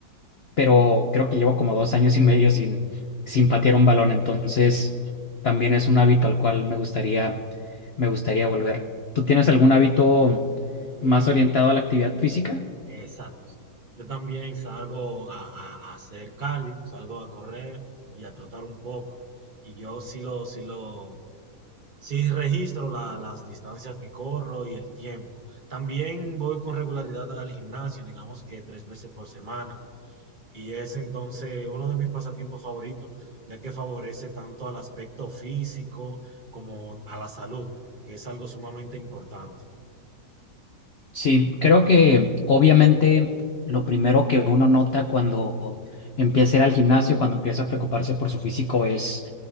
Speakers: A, on the left (about 80°); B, on the right (about 35°).
A: pero creo que llevo como dos años y medio sin, sin patear un balón, entonces también es un hábito al cual me gustaría, me gustaría volver. ¿Tú tienes algún hábito
B: Sí,
A: más orientado a la actividad física?
B: exacto, sí. Yo también salgo a, a- a hacer cardio, salgo a correr y a trotar un poco. Y yo sí lo, sí lo, Sí, registro la- las distancias que corro y el tiempo. También voy con regularidad al gimnasio, digamos que tres veces por semana, y es entonces uno de mis pasatiempos favoritos, ya que favorece tanto al aspecto físico como a la salud, que es algo sumamente importante.
A: Sí, creo que obviamente lo primero que uno nota cuando empieza a ir al gimnasio, cuando empieza a preocuparse por su físico, es